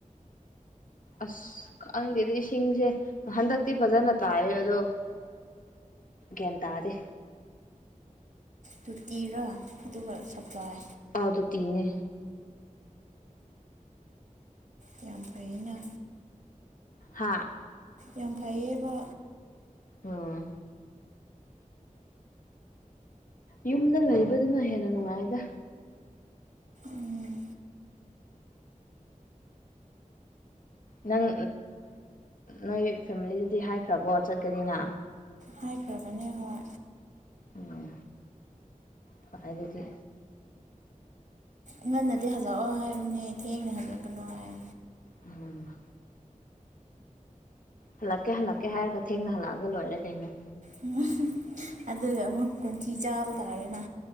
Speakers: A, on the left (about 80°); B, on the right (about 65°).
A: ꯑꯁ ꯈꯪꯗꯦꯗ ꯏꯁꯤꯡꯁꯦ ꯍꯟꯗꯛꯇꯤ ꯐꯖꯅ ꯇꯥꯏꯌꯦ ꯑꯗꯣ ꯒ꯭ꯌꯥꯟ ꯇꯥꯗꯦ
B: ꯇꯨꯇꯤꯔꯥ ꯑꯗꯨꯒ ꯁꯄ꯭ꯂꯥꯏ
A: ꯑ ꯇꯨꯇꯤꯡꯉꯦ
B: ꯑꯣ ꯌꯥꯝ ꯐꯩꯌꯦꯅ
A: ꯍꯥꯥ
B: ꯌꯥꯝ ꯐꯩꯌꯦꯕ
A: ꯑꯥ ꯌꯨꯝꯗ ꯂꯩꯕꯗꯨꯅ ꯍꯦꯟꯅ ꯅꯨꯡꯉꯥꯏꯌꯦꯗ
B: ꯎꯝ
A: ꯅꯪ ꯅꯣꯏ ꯐꯦꯃꯤꯂꯤꯗꯗꯤ ꯍꯥꯏꯈ꯭ꯔꯕꯣ ꯆꯠꯀꯅꯤꯅ
B: ꯍꯥꯏꯈ꯭ꯔꯕꯅꯦ ꯍꯣꯏ
A: ꯎꯝ ꯐꯥꯏ ꯑꯗꯨꯗꯤ
B: ꯉꯟꯅꯗꯤ ꯍꯜꯂꯛꯑꯣ ꯍꯥꯏꯕꯅꯦ ꯊꯦꯡꯅ ꯍꯜꯂꯛꯀꯅꯣ ꯍꯥꯏ
A: ꯎꯝ ꯍꯜꯂꯛꯀꯦ ꯍꯜꯂꯛꯀꯦ ꯍꯥꯏꯔꯒ ꯊꯦꯡꯅ ꯍꯜꯂꯛꯑꯒ ꯂꯣꯏꯔꯦ ꯀꯩꯅꯣ
B: ꯎꯝꯍꯨ ꯑꯗꯨꯨꯒ ꯑꯃꯨꯛ ꯀꯣꯟꯊꯤ ꯆꯥꯕ ꯇꯥꯔꯦꯅ